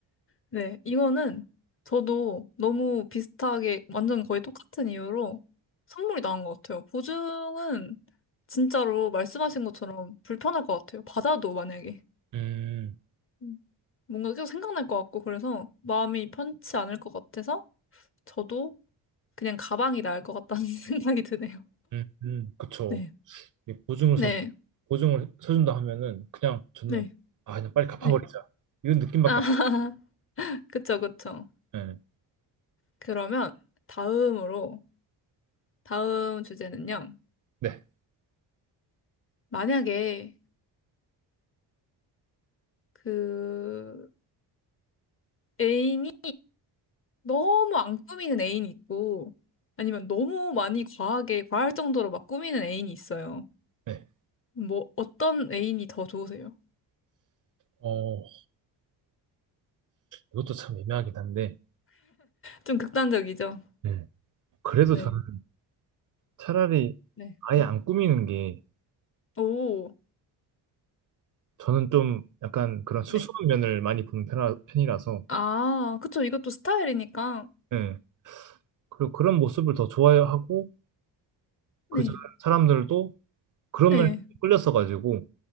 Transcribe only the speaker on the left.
네. 이거는 저도 너무 비슷하게 완전 거의 똑같은 이유로 선물이 나온 것 같아요. 보증은 진짜로 말씀하신 것처럼 불편할 것 같아요. 받아도 만약에.
음, 뭔가 계속 생각날 것 같고 그래서 마음이 편치 않을 것 같아서 저도 그냥 가방이 나을 것 같다는 <laughs> 생각이 드네요.
네.
네.
네.
네.
아,
<laughs> 그쵸, 그쵸.
그러면 다음으로 다음 주제는요.
만약에 그 애인이 너무 안 꾸미는 애인이 있고 아니면 너무 많이 과하게 과할 정도로 막 꾸미는 애인이 있어요.
뭐 어떤 애인이 더 좋으세요?
좀 극단적이죠?
네.
네.
오.
네.
아, 그쵸. 이것도 스타일이니까.
네.
네.